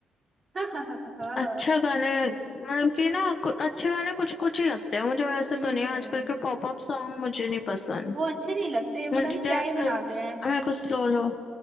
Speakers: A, on the right; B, on the left.
A: हा हा हा हा हा।
B: अच्छा गाने मतलब कि ना कु- अच्छे गाने कुछ कुछ ही लगते हैं मुझे वैसे
A: हम्म
B: तो नहीं आजकल के पॉप अप सॉन्ग मुझे नहीं पसंद
A: वो अच्छे नहीं लगते
B: मुझे
A: पता नहीं क्या ही बनाते हैं
B: मेरे को स्लो लो